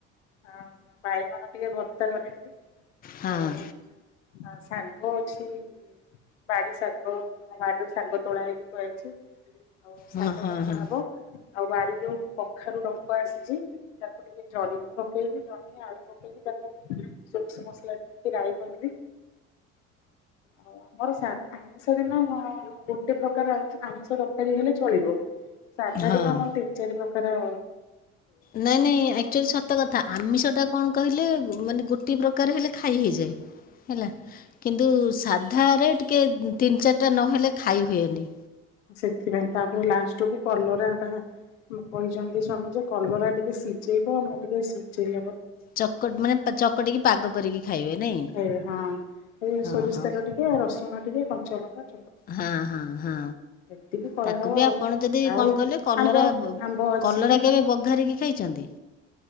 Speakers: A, on the left (about 85°); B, on the left (about 25°).
A: ଆଉ ଭାଇ ଗଣ ଟିକେ ଭର୍ତ୍ତା କରିଦେବି।
B: ହଁ
A: ହଉ ଆସ୍। ଶାଗ ଅଛି ବାଡ଼ି ଶାଗ। ବାଡ଼ିରୁ ଶାଗ ତୋଳା ହୋଇକି ଥୁଆ ହେଇଛି। ଆଉ ସାଗ
B: ହଁ ହଁ
A: ବଜା
B: ହଁ
A: ହବ। ଆଉ ବାରି ଯୋଉ କଖାରୁ ଡଙ୍କ ଆସିଛି ତାକୁ ଟିକେ ଜରିକି ପକେଇକି ଜହ୍ନି ଆଳୁ ପକେଇକି ତାକୁ ସୋରିଷ ମସଲା ଦେଇକି ରାଇ କରିବି। ଆଉ ଆମର ସାଧା ଆଇଁଷ ଦିନ ହଁ ଗୋଟେ ପ୍ରକାର ଆମିଷ ତରକାରୀ ହେଲେ ଚଳିବ। ସାଧା
B: ହଁ
A: ଦିନ ଆମର ତିନ୍ ଚାରି ପ୍ର କର
B: ନାଇଁ ନାଇଁ ଆକ୍ଚୁଲି ସତ କଥା ଆମିସ୍ ଟା କଣ କହିଲେ ମାନେ ଗୋଟେ ପ୍ରକାର ହେଲେ ଖାଇ ହେଇଯାଏ। ହେଲା କିନ୍ତୁ ସାଧାରେ ଟିକେ ତିନ ଚାରଟା ନହେଲେ ଖାଇ ହୁଏନି।
A: ସେଥିପାଇଁ ତାପରେ ଲାଷ୍ଟକୁୁ କଲରା କା କହିଛନ୍ତି ସ୍ଵାମୀଯେ କଲରା ଟିକେ ସିଝେଇବ ଆଉ ମୁଁ ଟିକେ ସିଝେଇଲେ
B: ଚକଟ ମାନେ ଚକଟିକି ପାଗ କରିକି ଖାଇବେ। ନାଇଁ
A: ଏଇ ହଁ ଏଇ
B: ହଁ
A: ସୋରିଷ
B: ହଁ
A: ତେଲ ଟିକେ ରସୁଣ ଟିକେ କଣ କଞ୍ଚାଲଙ୍କ
B: ହଁ ହଁ ହଁ
A: ଏତିକି କରାହବ
B: ତାକୁ ବି ଆପଣ ଯଦି
A: ଆଉ ଆଉ
B: କଣ କହିଲେ କଲରା
A: ଆମ୍ବ ଆମ୍ବ ଅଛି।
B: କଲରା ଭ କେବେ ବଘାରିକି ଖାଇଛନ୍ତି।